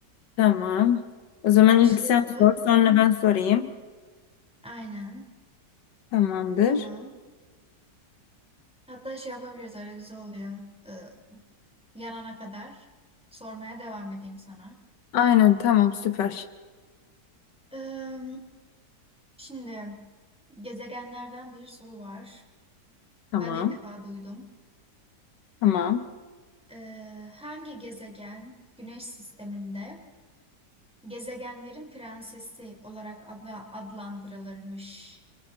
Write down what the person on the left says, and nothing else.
Tamam. O zaman
ilk sen sor, sonra ben sorayım.
Tamamdır.
Aynen tamam süper.
Tamam.
Tamam.